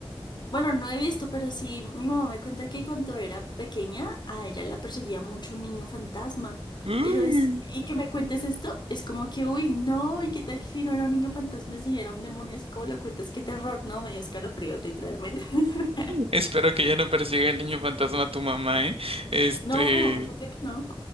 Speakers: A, on the left (about 50°); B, on the right (about 80°).
A: bueno, no he visto, pero sí mi mamá me cuenta que cuando era pequeña, a ella la perseguía mucho un niño fantasma.
B: Uy.
A: Y yo es, y que me cuentes esto, es como que, uy, no, y qué tal que si no era un niño fantasma, si era un demonio, así como lo cuentas, qué terror, no, me dio escalofríos, literalmente. <laughs>
B: Espero que ya no persiga el niño fantasma a tu mamá, ¿eh? Este,
A: No, yo creo que no.